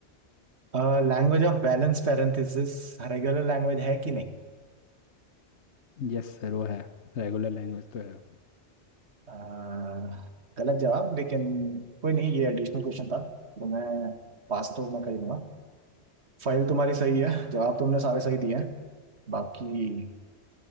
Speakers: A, on the right (about 75°); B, on the left (about 80°).
A: मैं। Language of balance parenthesis regular language है कि नहीं
B: यस सर वो है रेगुलर लैंग्वेज तो है
A: अह, गलत जवाब लेकिन कोई नहीं ये एडिशनल क्वेश्चन था तो मैं पास तो मैं कर दूंगा फाइल तुम्हारी सही है जवाब तुमने सारे सही दिए हैं बाकी